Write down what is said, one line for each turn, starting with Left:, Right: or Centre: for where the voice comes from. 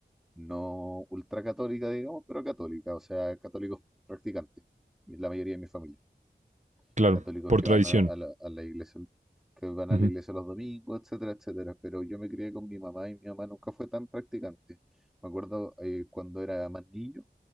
Centre: no ultracatólica, digamos, pero católica, o sea, católicos practicantes, la mayoría de mi familia,
Right: claro,
Centre: católicos
Right: por
Centre: que
Right: tradición.
Centre: van a, a la, a la iglesia, que van a
Right: Ujú,
Centre: la iglesia los domingos, etcétera, etcétera, pero yo me crié con mi mamá y mi mamá nunca fue tan practicante. Me acuerdo eh, cuando era más niño,